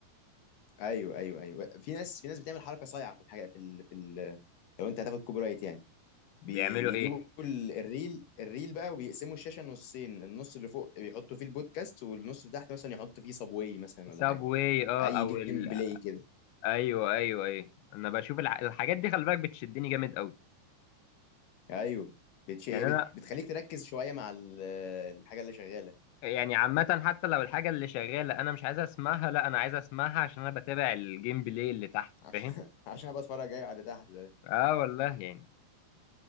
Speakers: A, on the left; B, on the left.
A: ايوه ايوه ايوه في ناس في ناس بتعمل حركه صايعه في الحاجه في ال... في ال... لو انت هتاخد كوبي رايت يعني
B: بيعملوا
A: بي... بيجيبوا
B: ايه
A: ال- الريل الريل بقى وبيقسموا الشاشه نصين النص اللي فوق بيحطوا فيه البودكاست والنص اللي تحت مثلا يحط فيه صابواي مثلا ولا
B: سابواي
A: حاجه
B: اه
A: اي
B: او
A: جيم
B: ال...
A: بلاي كده
B: ايوه ايوه ايوه انا بشوف الح... الحاجات دي خلي بالك بتشدني جامد قوي
A: ايوه بتش...
B: يعني
A: هي بت...
B: انا
A: بتخليك تركز شويه مع ال... الحاجه اللي شغاله
B: يعني عامه حتى لو الحاجه اللي شغاله انا مش عايز اسمعها لا انا عايز اسمعها عشان انا بتابع الجيم بلاي اللي تحت
A: عشان
B: فاهم
A: <laughs> عشان أبقى اتفرج ايوه على اللي تحت ده
B: اه والله يعني